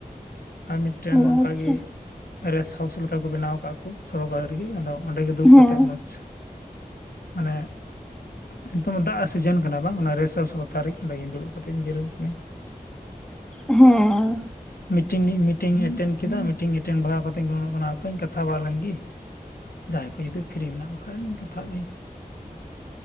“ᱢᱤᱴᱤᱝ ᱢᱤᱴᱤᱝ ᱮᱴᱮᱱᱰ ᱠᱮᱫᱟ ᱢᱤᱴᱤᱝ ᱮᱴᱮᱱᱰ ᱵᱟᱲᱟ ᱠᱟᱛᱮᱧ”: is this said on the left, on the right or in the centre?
Left